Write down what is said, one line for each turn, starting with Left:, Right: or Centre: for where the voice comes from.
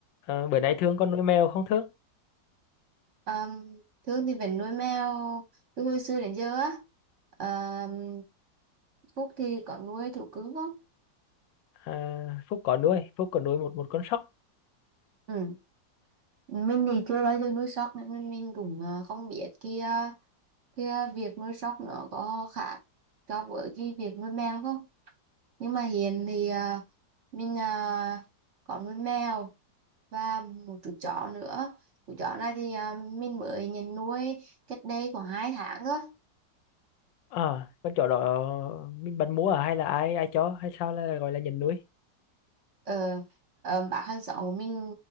Left: Ờ, bữa nay Thương con nuôi mèo không Thương?
Right: Um, Thương thì vẫn nuôi mèo từ hồi xưa đến giờ á. Ờm, Phúc thì có nuôi thú cưng không?
Left: À, Phúc có nuôi, Phúc có nuôi một một con sóc.
Right: Ừ. Mình thì chưa bao giờ nuôi sóc nên mình mình cũng ờ, không biết kia kia việc nuôi sóc nó có khác so với cái việc nuôi mèo không? Nhưng mà hiện thì ờ, mình ờ, có nuôi mèo và một chú chó nữa. Chú chó này thì ờ, mình mới nhận nuôi cách đây khoảng 2 tháng thôi.
Left: À, con chó đó mình bạn mua à hay là ai ai cho hay sao là gọi là nhận nuôi?
Right: ờ, ờ, bác hàng xóm của mình